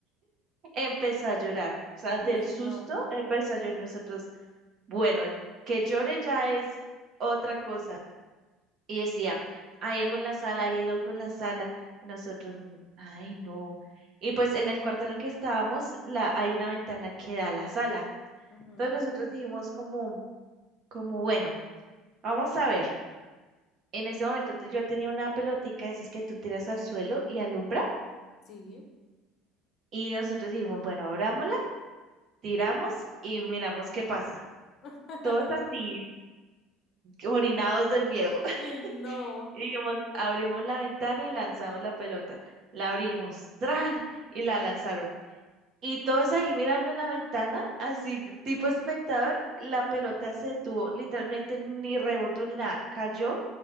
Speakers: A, on the right; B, on the left.
A: empezó a llorar. O sea, del
B: Uy,
A: susto
B: no.
A: empezó a llorar. Nosotros, bueno, que llore ya es otra cosa. Y decía, hay algo en la sala, hay algo en la sala. Y nosotros, "Mm, ay, no. Y pues en el cuarto en el que estábamos, la, hay una ventana que da a la sala.
B: Ujú,
A: Entonces nosotros dijimos como, como, bueno, vamos a ver. En ese momento te- yo tenía una pelotica de esas que tú tiras al suelo y alumbra.
B: Sí.
A: Y nosotros dijimos, bueno, abrámosla, tiramos y miramos qué pasa.
B: <laughs>
A: Todos así, orinados del miedo. <laughs>
B: Uy, no.
A: Y dijimos, abrimos la ventana y lanzamos la pelota. La abrimos, ¡tran! Y la lanzaron. Y todos ahí mirando la ventana, así tipo espectador, la pelota se detuvo, literalmente ni rebotó ni nada, cayó